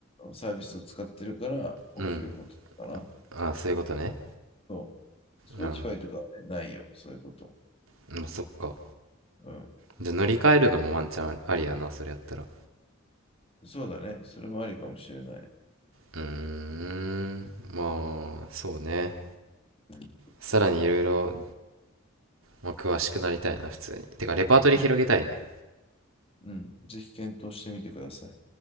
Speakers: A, on the left; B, on the right.
A: サービスを使ってるから起きることかな。
B: うん、ああ、そういうことね。
A: そう。Spotify
B: うん、
A: とかはね、ないよ、そういうこと。
B: まあ、そっか。
A: うん。
B: じゃあ乗り換えるのもワンチャンありやな、それやったら。
A: そうだね。それもありかもしれない。
B: うーん、まあ、そうね。
A: うん。
B: さらにいろいろ、まあ詳しくなりたいな、普通に。てか、レパートリー広げたいね。
A: うん。うんぜひ検討してみてください。